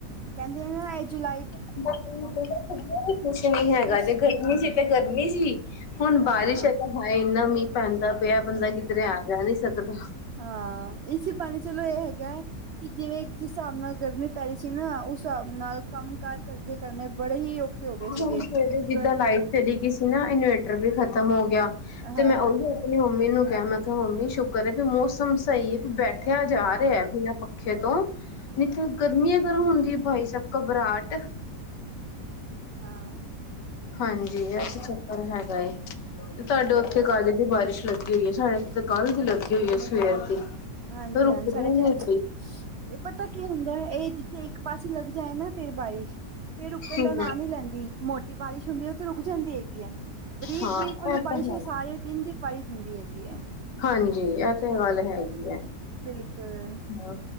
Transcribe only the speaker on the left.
ਕੁਛ ਨੀ ਹੈਗਾ
ਜੇ, ਗਰਮੀ ਸੀ ਤੇ ਗਰਮੀ ਸੀ। ਹੁਣ
ਬਾਰਿਸ਼ ਹੈ। ਤਾਂ ਹਾਏ ਇੰਨਾ ਮੀਂਹ ਪੈਂਦਾ ਪਿਆ ਬੰਦਾ ਕਿੱਧਰੇ ਆ-ਜਾ ਨਹੀਂ ਸਕਦਾ।
ਹੁਣ ਸਵੇਰੇ ਜਿੱਦਾਂ
ਲਾਈਟ ਚਲੀ ਗਈ ਸੀ ਨਾ ਇਨਵੇਟਰ ਵੀ ਖ਼ਤਮ ਹੋ ਗਿਆ
ਤੇ ਮੈਂ
ਉਹੀ। ਆਪਣੀ ਮੰਮੀ ਨੂੰ ਕਿਹਾ ਮੈਂ ਕਿਹਾ ਮੰਮੀ ਸ਼ੁਕਰ ਹੈ ਵੀ ਮੌਸਮ ਸਹੀ ਐ ਵੀ ਬੈਠਿਆ ਜਾ
ਰਿਹਾ ਵੀ ਆਪਾਂ। ਪੱਖੇ ਤੋਂ ਨਹੀਂ ਨਾ ਗਰਮੀ ਅਗਰ ਹੁੰਦੀ ਭਾਈ ਸਾਬ ਘਬਰਾਹਟ
ਹਾਂਜੀ ਇਹ ਤੇ ਚੱਕਰ ਹੈਗਾ ਏ। ਤੇ ਤੁਹਾਡੇ ਉੱਥੇ
ਕਦ ਦੀ ਬਾਰਿਸ਼ ਲੱਗੀ ਹੋਈ ਏ। ਸਾਡੇ ਇੱਥੇ ਤਾਂ ਕੱਲ੍ਹ ਦੀ ਲੱਗੀ ਹੋਈ ਏ ਸਵੇਰ ਦੀ।
ਰੁਕਦੀ
ਨੀ ਪਈ
ਹੂੰ
ਹਾਂ
ਇਹ ਤਾਂ
ਹੈ
ਹਾਂਜੀ ਇਹ ਤੇ ਗੱਲ ਹੈਗੀ ਹੈ।
ਹਾਂ